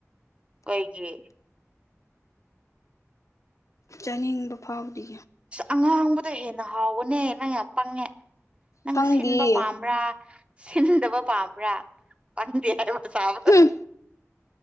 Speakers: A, on the right (about 20°); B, on the left (about 85°).
A: ꯀꯩꯒꯤ
B: ꯆꯥꯅꯤꯡꯕ ꯐꯥꯎꯗꯤ
A: ꯑꯉꯥꯡꯕꯗꯣ ꯍꯦꯟꯅ ꯍꯥꯎꯕꯅꯦ ꯅꯪ ꯌꯥꯝ ꯄꯪꯉꯦ ꯅꯪ
B: ꯈꯪꯗꯤꯌꯦ
A: ꯁꯤꯟꯕ ꯄꯥꯝꯕ꯭ꯔꯥ ꯁꯤꯟꯗꯕ ꯄꯥꯝꯕ꯭ꯔꯥ ꯄꯪꯗꯦ ꯍꯥꯏꯕꯗ ꯆꯥꯕꯗꯣ
B: ꯍꯨꯝ